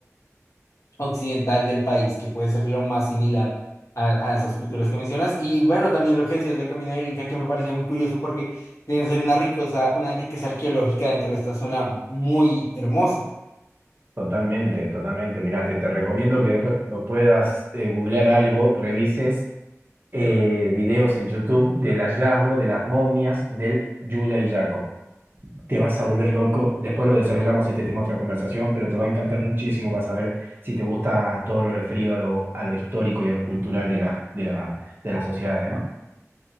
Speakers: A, on the left; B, on the right.
A: occidental del país, que puede ser lo más similar a, a esas culturas que mencionas. Y bueno, también lo que decías del Camino del Inca, que me parecía muy curioso porque deben ser una riqueza, una riqueza arqueológica dentro de esta zona muy hermosa.
B: totalmente, totalmente. Mirá, te, te recomiendo que después cuando puedas eh, googlear algo, revises eh, videos en YouTube del hallazgo de las momias del Yuya y Yaco. te vas a volver loco. Después lo desarrollamos este tema, otra conversación, pero te va a encantar muchísimo. Vas a ver si te gusta todo lo referido a lo, a lo histórico y a lo cultural de la, de la, de las sociedades, ¿no?